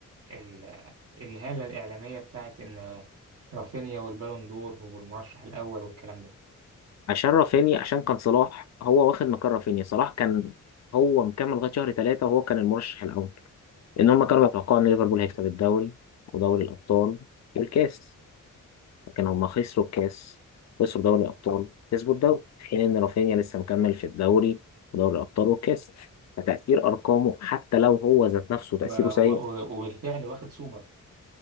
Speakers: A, on the right; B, on the left.
A: ال... الهالة الإعلامية بتاعت إن رافينيا والبالون دور والمرشح الأول والكلام ده
B: عشان رافينيا عشان كان صلاح هو واخد مكان رافينيا صلاح كان هو مكمل لغايه شهر ثلاثه وهو كان المرشح الاول لان هم كانوا بيتوقعوا ان ليفربول هيكسب الدوري ودوري الابطال والكاس لكن هم خسروا الكاس خسروا دوري الابطال كسبوا الدوري في حين ان رافينيا لسه مكمل في الدوري ودوري الابطال والكاس فتأثير أرقامه حتى لو هو ذات نفسه تأثيره
A: وهو
B: سيء
A: وبالفعل واخد سوبر